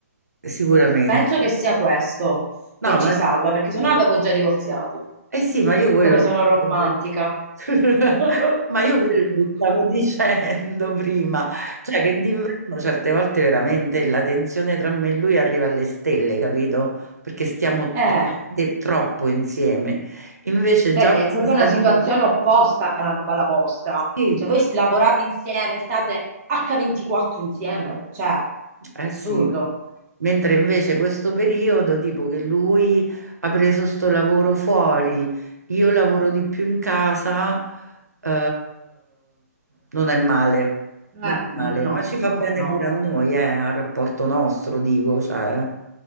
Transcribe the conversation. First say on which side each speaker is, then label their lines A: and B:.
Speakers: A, on the right; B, on the right.
A: Sicuramente.
B: Penso che sia questo che
A: No,
B: ci
A: ma
B: salva,
A: infatti-
B: perché sennò avevo già divorziato.
A: eh sì, ma io quello
B: Come sono
A: dicevo.
B: romantica.
A: <laughs>
B: <laughs>
A: Ma io quello ti stavo dicendo prima, cioè che d'inverno certe volte veramente la tensione tra me e lui arriva alle stelle, capito? Perché stiamo
B: Eh,
A: veramente troppo insieme. Invece
B: vedi,
A: già questa
B: è proprio
A: stagione,
B: una situazione opposta alla, alla vostra.
A: sì,
B: Cioè, voi lavorate insieme, state H24 insieme, cioè,
A: Eh
B: assurdo.
A: sì, mentre invece questo periodo, tipo che lui ha preso sto lavoro fuori, io lavoro di più in casa, eh, non è male,
B: Eh,
A: non è male,
B: no,
A: ma ci fa
B: no,
A: bene
B: no,
A: pure a
B: no.
A: noi, eh, al rapporto nostro, dico, cioè,